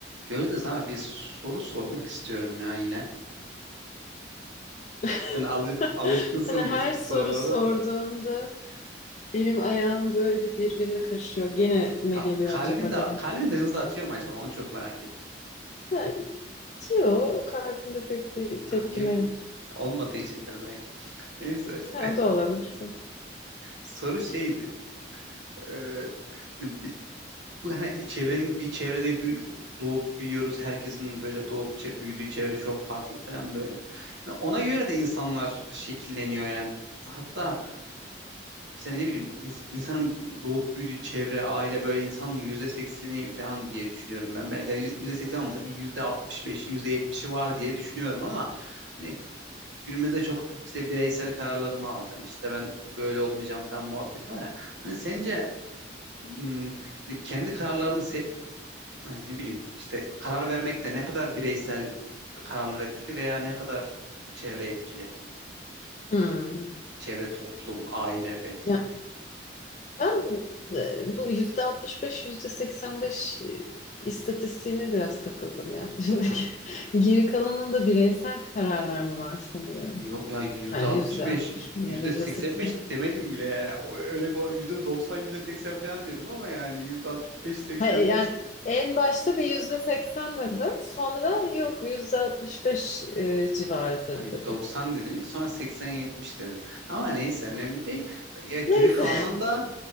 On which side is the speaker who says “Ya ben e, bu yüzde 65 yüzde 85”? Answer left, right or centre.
Left